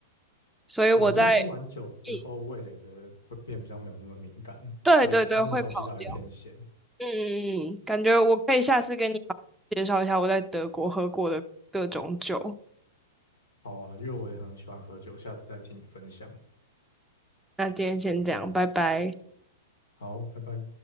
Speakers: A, in the centre; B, on the left (about 85°).
A: 所以我在，
B: 对啊，因为喝完酒之后，
A: 嗯，
B: 味蕾的会变比较没有那么敏感，
A: 对对对，
B: 所以他们的东西才会偏咸。
A: 会跑掉，嗯嗯嗯，感觉我可以下次跟你介绍一下我在德国喝过的各种酒，
B: 好啊，因为我也很喜欢喝酒，下次再听你分享。
A: 那今天先这样，拜拜。
B: 好，拜拜。